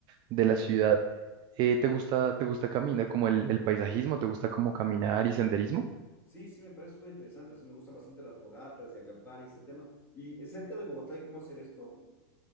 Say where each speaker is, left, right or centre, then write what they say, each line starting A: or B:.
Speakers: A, on the right (about 35°); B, on the left (about 15°).
A: de la ciudad. Eh, ¿te gusta, te gusta caminar, como el, el paisajismo? ¿Te gusta como caminar y senderismo?
B: Sí, sí, me parece súper interesante. Así me gustan bastante las fogatas y acampar y este tema. ¿Y eh, cerca de Bogotá hay cómo hacer esto?